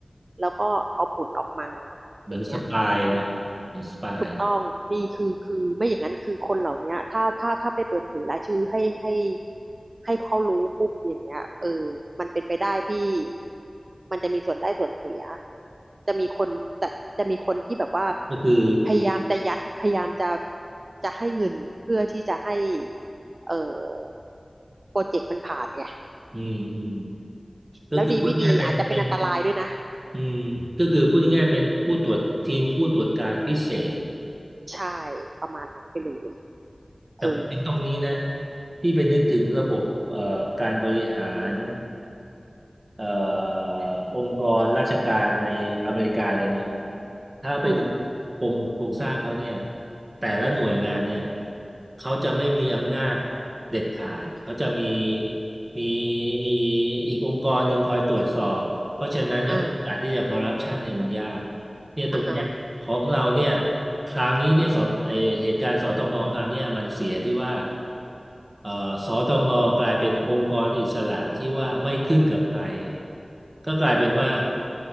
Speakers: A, on the right; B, on the right.
A: แล้วก็เอาผลออกมา
B: เหมือนสปายนะเหมือนสปาย
A: อย่างเงี้ยอืม ถูกต้องดีคือคือไม่อย่างนั้นคือคนเหล่าเนี้ยถ้าถ้าถ้าไปเปิดเผยรายชื่อให้ให้ให้เขารู้ปุ๊บอย่างเงี้ยเออมันเป็นไปได้ที่มันจะมีส่วนได้ส่วนเสียจะมีคนจะจะมีคนที่แบบว่า
B: ก็คือ
A: พยายามจะยัดพยายามจะจะให้เงินเพื่อที่จะให้เออโปรเจกต์มันผ่านไง
B: อืมอืมก็คือพูดง่ายๆเป็นเป็น
A: แล้วดีไม่ดีอาจจะเป็นอันตรายด้วยนะ
B: อืมก็คือพูดง่ายๆเป็นผู้ตรวจทีมผู้ตรวจการพิเศษ
A: ใช่ประมาณนั้นไปเลย
B: แต่พูดถึงตรงนี้นะ
A: เออ
B: ที่ไปนึกถึงระบบเอ่อการบริหาร เอ่อองค์กรราชการในอเมริกาเลยนะถ้าไปดู
A: อืม
B: โครงโครงสร้างเขาเนี่ยแต่ละหน่วยงานเนี่ยเขาจะไม่มีอำนาจเด็ดขาดเขาจะมีมีมีอีกองค์กรหนึ่งคอยตรวจสอบเพราะฉะนั้นเนี่ยโอกาสที่จะคอร์รัปชันเนี่ยมันยาก
A: อ่า
B: เนี่ยตรงเนี้ยของเราเนี่ย
A: อ่าฮะ
B: คราวนี้เนี่ยสอไอเหตุการณ์สตงคราวเนี้ยมันเสียที่ว่าเอ่อสตงกลายเป็นองค์กรอิสระที่ว่าไม่ขึ้นกับใครก็กลายเป็นว่า